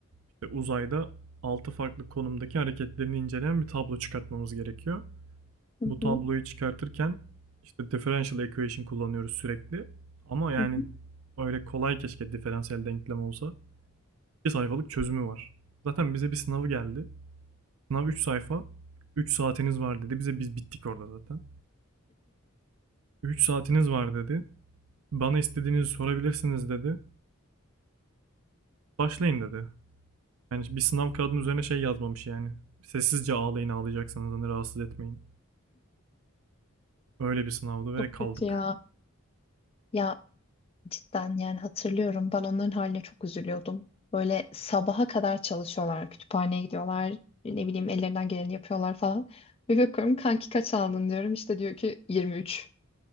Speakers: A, on the right (about 75°); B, on the left (about 25°).
A: işte uzayda 6 farklı konumdaki hareketlerini inceleyen bir tablo çıkartmamız gerekiyor.
B: Hı
A: Bu tabloyu
B: hı,
A: çıkartırken işte differential equation kullanıyoruz sürekli. Ama yani
B: hı hı,
A: öyle kolay keşke diferansiyel denklem olsa. 2 sayfalık çözümü var. Zaten bize bir sınavı geldi. Sınav 3 sayfa. 3 saatiniz var dedi. Bize biz bittik orada zaten. 3 saatiniz var dedi. Bana istediğinizi sorabilirsiniz dedi. Başlayın dedi. Yani bir sınav kağıdının üzerine şey yazmamış yani. Sessizce ağlayın ağlayacaksanız hani rahatsız etmeyin. Öyle bir sınavdı ve
B: Çok
A: kaldık.
B: kötü ya. Ya Cidden yani hatırlıyorum ben onların haline çok üzülüyordum. Böyle sabaha kadar çalışıyorlar, kütüphaneye gidiyorlar, ne bileyim ellerinden geleni yapıyorlar falan. Bir bakıyorum kanki kaç aldın diyorum işte diyor ki 23.